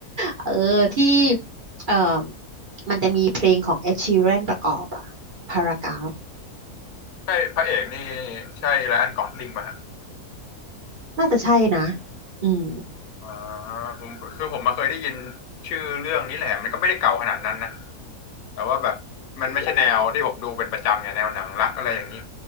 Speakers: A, on the right (about 45°); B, on the left (about 70°).
A: เออที่เออมันจะมีเพลงของ Ed Sheeran ประกอบอ่ะ Paragraph
B: ใช่พระเอกนี่ใช่ไรอันกอสลิงมาฮะ
A: น่าจะใช่นะอืม
B: อ่าผมคือผมมาเคยได้ยินชื่อเรื่องนี้แหละมันก็ไม่ได้เก่าขนาดนั้นนะแต่ว่าแบบมันไม่ใช่แนวที่ผมดูเป็นประจำไงแนวหนังรักอะไรอย่างนี้